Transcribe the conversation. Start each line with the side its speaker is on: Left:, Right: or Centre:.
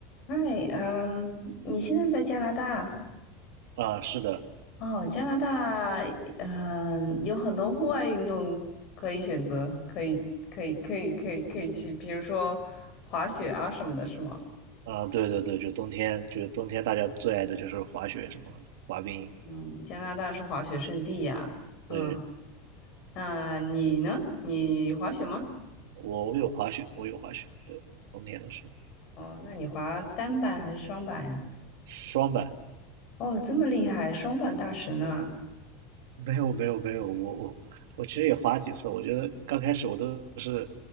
Left: 嗨，嗯，你现在在加拿大？
Right: 啊，是的，
Left: 哦，加拿大，嗯，有很多户外运动可以选择，可以，可以，可以，可以，可以去，比如说滑雪啊什么的，是吗？
Right: 啊，对对对，就冬天，就是冬天大家最爱的就是滑雪什么的滑冰。
Left: 嗯，加拿大是滑雪圣地呀。嗯，
Right: 对，
Left: 那你呢？你滑雪吗？
Right: 我我有滑雪，我有滑雪，对，冬天的时候，
Left: 哦，那你滑单板还是双板呀？
Right: 双板，
Left: 哦，这么厉害，双板大神呢？
Right: 没有没有没有，我我我其实也滑几次，我觉得刚开始我都是，